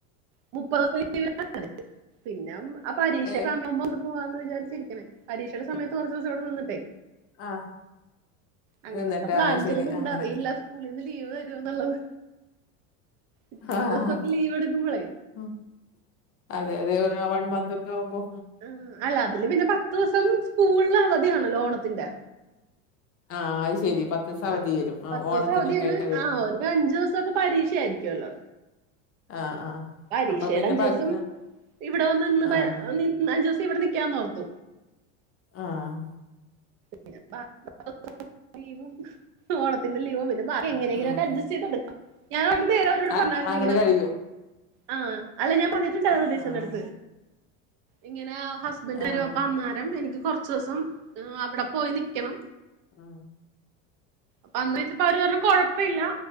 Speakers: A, on the right; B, on the left.
A: <unintelligible> പിന്നെ ആ പരീക്ഷ
B: ഏ
A: സമയവു പോവാന്ന് വിചരിച്ചിരിക്കേ പരീക്ഷയുടെ സമയത്ത് കൊറച്ചൂസം ഇവിടെ നിന്നിട്ടേ.
B: ആഹ്.
A: അങ്ങനെയൊക്കെ
B: നിന്നിട്ട്
A: പ്ലാൻ
B: ആഹ് ശരി
A: ചെയിണ്ട്
B: അങ്ങനെ
A: അറിയില്ല. സ്കൂളിന്ന് ലീവ് തരുവോ എന്നുള്ളത് ഇത്രയും
B: ആഹ്
A: ദിവസൊക്കെ ലീവ് എടുക്കുമ്പളേ.
B: ഉം അതെ അതെ വൺ മന്ത് ഒക്കെ ആവുമ്പോ.
A: ഉം അല്ല അതില് പിന്നെ പത്ത് ദിവസം സ്കൂളില് അവധിയാണല്ലോ ഓണത്തിന്റെ.
B: ആഹ് അയി ശരി പത്തീസം അവധി
A: ആഹ്
B: വരും ആ
A: പത്ത്
B: ഓണത്തിനൊക്കെ
A: ദിവസം അവധിയാണ്
B: ആയിട്ട് വരുന്ന.
A: ആഹ് ഒരു അഞ്ചുസൊക്കെ പരീക്ഷയായിരിക്കുവല്ലോ.
B: ആഹ് ആഹ്
A: പരീക്ഷയുടെ
B: അപ്പൊ പിന്നെ
A: അഞ്ചിവസം
B: പക്
A: ഇവിടെ നിന്ന്
B: ആഹ്
A: പ നിൻ എന്നാ <unintelligible> ഇവിടെ നിക്കാന്ന് നോർത്തു.
B: ആഹ
A: <unintelligible> പിന്നെ ബാക്ക എങ്ങനെങ്കിലും
B: ഉം
A: ഒക്കെ അഡ്ജസ്റ്റ് ചെയ്ത് കൊടുക്കാം. ഞാൻ <unintelligible> അവരോട്
B: അ
A: പറഞ്ഞായിരുന്ന
B: അങ്ങട്
A: ഇങ്ങനെ
B: കഴിയും
A: ആ അല്ല ഞാൻ പറന്നിട്ടുണ്ടായിശന്റെ
B: ആഹ്
A: അടുത്ത് ഇങ്ങനെ <unintelligible>
B: ആഹ്
A: അന്നേരം എനിക്ക് കുറചോസം അവിടെ പോയി നൽക്കണം.
B: ആഹ
A: <unintelligible> അവർ പറഞ്ഞ് കൊഴപ്പല്ല